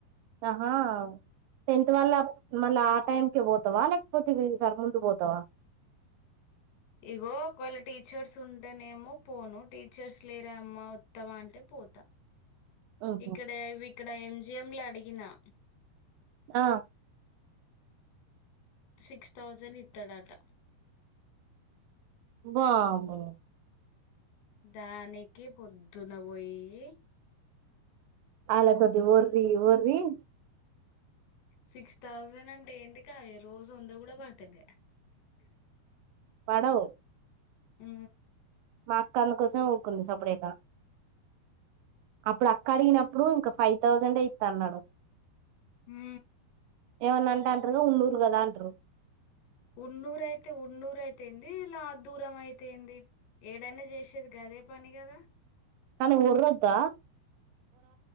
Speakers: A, on the right; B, on the left.
A: ఆహా ఆ టెన్త్ వాళ్ళ మళ్ళా ఆ టైమ్ కే బోతావా లేక్ పోతే వీసార్ ముందు పోతావా
B: ఇగో ఒక్ వేళ టీచర్స్ ఉంటేనేమో పోను టీచర్స్ లేరమ్మా వత్తావ అంటే పోతా
A: ఉహు
B: ఇక్కడ విక్కడ ఎంజిఎం లా అడిగినా
A: ఆ
B: సిక్స్ థౌజండ్ ఇత్తడట
A: బాంబో
B: దానికి పొద్దున పొయ్యి
A: ఆలాద ఒర్రి ఒర్రి
B: సిక్స్ థౌజండ్ అంటే ఏంటికా ఏ రోజు ఉంద కూడ <unintelligible>
A: పడవ్
B: హు
A: అక్కన్న కోసం ఊకుంది సప్పుడేద అప్పుడు అక్క అడిగినప్పుడు ఇంకా ఫైవ్ థౌజండే ఇస్తన్నాడు
B: హు
A: <unintelligible>
B: ఉన్నూరు అయితే ఉన్నూరు అయితే ఏంది ఇలా దూరం అయితే ఏంది ఏడైన చేసేది గదే పని కదా
A: అనీ <unintelligible>